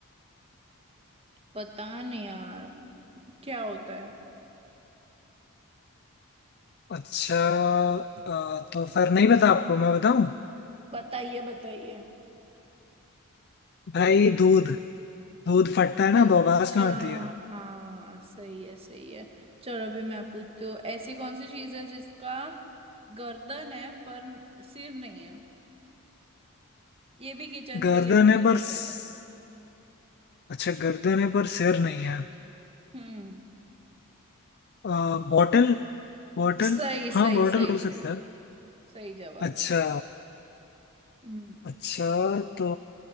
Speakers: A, on the right (about 25°); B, on the left (about 50°).
A: पता नहीं यार क्या होता है
B: अच्छा अ, तो फिर नहीं बता आपको मैं बताऊं
A: बताइए बताइए
B: भाई दूध दूध फटता है
A: अच्छा
B: ना तो आवाज कहाँ आती है
A: हाँ सही है सही है चलो अभी मैं पूछती हूँ ऐसी कौन सी चीज है जिसका गर्दन है पर सिर नहीं है ये भी किचन से
B: गर्दन
A: रिलेटेड
B: है पर स-
A: है
B: अच्छा गर्दन है पर सिर नहीं है
A: हम्म
B: अ, बॉटल बॉटल
A: सही सही
B: हाँ बॉटल
A: सही
B: हो
A: सही
B: सकता है
A: सही जवाब
B: अच्छा
A: है हम्म
B: अच्छा तो